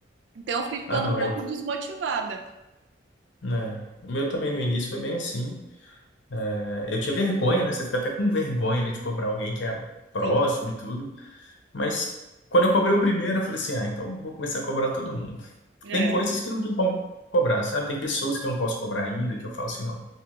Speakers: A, on the right (about 70°); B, on the left (about 75°).
A: Então, eu fui ficando
B: Ah, não,
A: um pouco
B: eu, Então,
A: desmotivada.
B: né? O meu também no início foi bem assim. É, eu tinha vergonha, né? Você fica até com vergonha ali de cobrar alguém que é próximo
A: Sim,
B: e tudo. Mas quando eu cobrei o primeiro, eu falei assim: ah, então eu vou começar a cobrar todo mundo.
A: é,
B: Tem coisas que não tem como cobrar, sabe? Tem pessoas que eu não posso cobrar ainda, que eu falo assim: não,